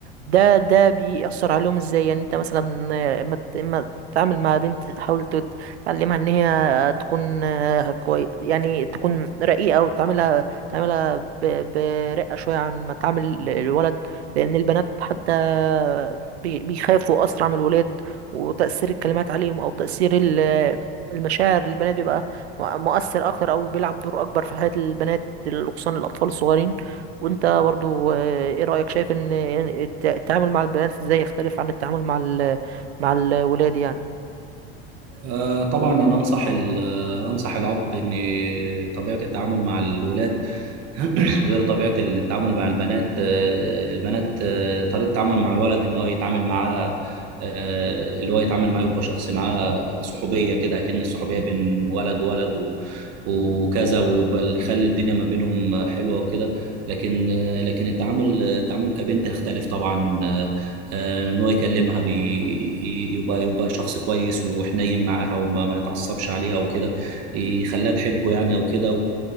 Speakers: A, on the right (about 80°); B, on the right (about 55°).
A: ده ده بيأثر عليهم ازاي يعني انت مثلا آه، ما ت- ما تتعامل مع بنت حاول ت- تعلمها ان هي تكون آه، كوي يعني تكون رقيقه وتعاملها تعاملها ب... برقه شويه عن ما تعامل الولد لان البنات حتى بي- بيخافوا أسرع من الولاد وتأثير الكلمات عليهم أو تأثير ال- المشاعر البنات بيبقى مؤ- مؤثر أكتر أو بيلعب دور أكبر في حياة البنات خصوصا الأطفال الصغيرين وأنت برضو آه، إيه رأيك شايف إن الت- التعامل مع البنات إزاي يختلف عن التعامل مع ال- مع الولاد يعني
B: آه، طبعا انا انصح ال- آه، انصح الاب ان طبيعة التعامل مع الولاد <clears throat> غير طبيعة التعامل مع البنات آه، البنات آه، طريقة التعامل مع الولد ان هو يتعامل معاه آه، اللي هو يتعامل معاه يبقى شخص معاه صحوبية كده كأن الصحوبية بين ولد وولد و- وكذا ويبقى اللي يخلي الدنيا ما بينهم حلوة وكده لكن آه، لكن التعامل التعامل كبنت يختلف طبعا آه، آه، ان هو يكلمها بي- يبقى يبقى شخص كويس وحنين معاها وما ما يتعصبش عليها وكده يخليها تحبه يعني او كده